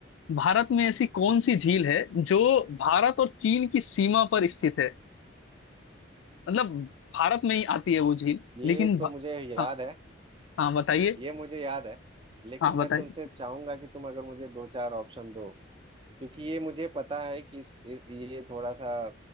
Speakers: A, on the left; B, on the right.
A: भारत में ऐसी कौन सी झील है जो भारत और चीन की सीमा पर स्थित है मतलब भारत में ही आती है वो झील
B: ये
A: लेकिन
B: तो
A: भा...
B: मुझे याद
A: हाँ
B: है
A: हाँ बताइए
B: ये मुझे याद है लेकिन
A: हाँ
B: मैं
A: बताइए
B: तुमसे चाहूंगा कि तुम अगर मुझे दो चार ऑप्शन दो क्योंकि ये मुझे पता है कि इस, ये थोड़ा सा